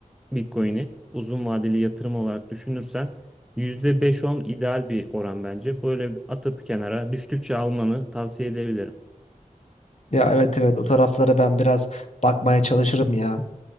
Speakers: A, in the centre; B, on the left (about 55°).
A: Bitcoin'i uzun vadeli yatırım olarak düşünürsen yüzde beş-on ideal bir oran bence. Böyle bir atıp kenara düştükçe almanı tavsiye edebilirim.
B: Ya evet evet o taraflara ben biraz bakmaya çalışırım ya.